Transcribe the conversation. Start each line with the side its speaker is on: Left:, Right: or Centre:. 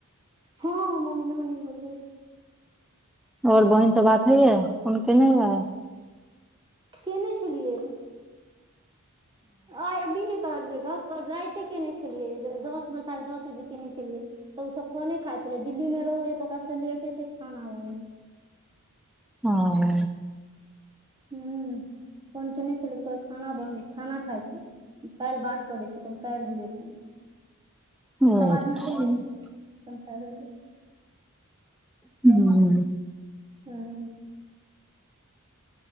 Right: हां मम्मी नानी घर गेल
Centre: और बहिनसे बात होइ ये फोन केने रएह।
Right: केने छलिये आइ अभी नै करलिए राएत कते केने छलियै, दस बजे साढ़े दस बजे केने छलियै। तऽ ओसभ खोने खाइ छले, दिल्लीमे रहे त ओकरा सबके लेटे से खाना बने
Centre: ओह
Right: हूं फोन केने छले अभी तक खाना बनबै खाना खाइ छी काल्हि बात करै छी तऽ हम काटि दियै फोन
Centre: अच्छा
Right: सभ आदमी छेले त हम कर लेलियो
Centre: हूॅं
Right: हूं